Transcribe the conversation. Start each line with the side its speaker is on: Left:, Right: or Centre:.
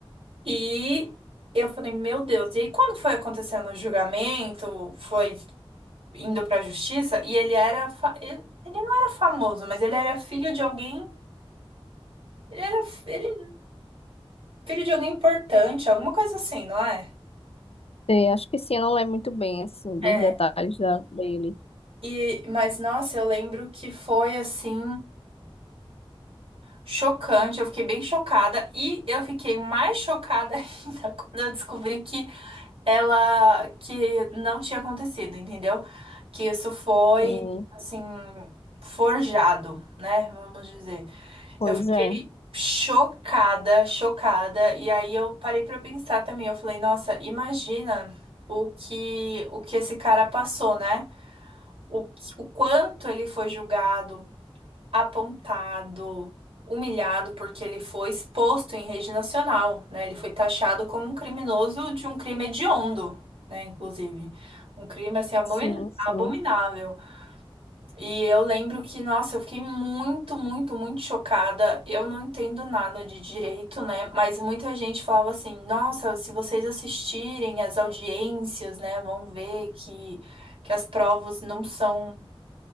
Right: E eu falei, meu Deus, e aí quando foi acontecendo o julgamento, foi indo pra justiça e ele era. fa- Ele ele não era famoso, mas ele era filho de alguém. Ele era fi- ele- filho de alguém importante, alguma coisa assim, não é?
Left: É, acho que sim, eu não lembro muito bem, assim, dos
Right: É.
Left: detalhes da, dele.
Right: E, mas nossa, eu lembro que foi assim chocante, eu fiquei bem chocada e eu fiquei mais chocada <laughs> ainda quando eu descobri que ela que não tinha acontecido, entendeu? Que isso foi
Left: Sim,
Right: assim forjado, né? Vamos dizer.
Left: pois
Right: Eu fiquei
Left: é.
Right: chocada, chocada. E aí eu parei pra eu pensar também. Eu falei, nossa, imagina o que o que esse cara passou, né? O, que- o quanto ele foi julgado, apontado, humilhado, porque ele foi exposto em rede nacional, né? Ele foi taxado como um criminoso de um crime hediondo, né? Inclusive, um crime assim abomin-
Left: Sim, sim.
Right: abominável. E eu lembro que, nossa, eu fiquei muito, muito, muito chocada. Eu não entendo nada de direito, né? Mas muita gente falava assim: nossa, se vocês assistirem as audiências, né, vão ver que, que as provas não são,